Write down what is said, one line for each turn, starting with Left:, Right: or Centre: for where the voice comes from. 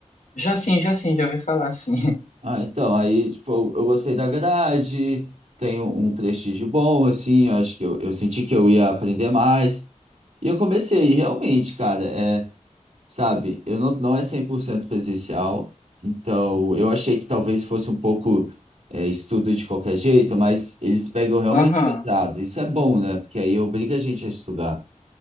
Left: já sim, já sim, já ouvi falar, sim. <laughs>
Right: Ah, então, aí, tipo, eu, eu gostei da grade, tenho um prestígio bom, assim, eu acho que eu, eu senti que eu ia aprender mais. E eu comecei, e realmente, cara, é, sabe, eu não, não é 100% presencial, então eu achei que talvez fosse um pouco é, estudo de qualquer jeito, mas eles pegam realmente
Left: Aham.
Right: pesado. Isso é bom, né? Porque aí obriga a gente a estudar.